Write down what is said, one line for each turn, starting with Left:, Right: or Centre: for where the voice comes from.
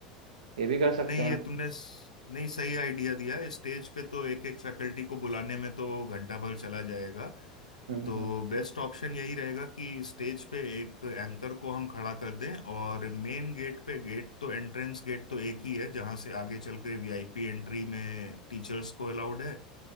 Right: ये भी कर सकते
Left: नहीं
Right: हैं
Left: ये तुमने स- नहीं सही आइडिया दिया है स्टेज पे तो एक एक फैकल्टी को बुलाने में तो घंटा भर चला जाएगा
Right: हम्म
Left: तो
Right: हम्म
Left: बेस्ट ऑप्शन यही रहेगा कि स्टेज पे एक एंकर को हम खड़ा कर दें और मेन गेट पे गेट तो एंट्रेंस गेट तो एक ही है जहां से आगे चल के वीआईपी एंट्री में टीचर्स को अलाउड है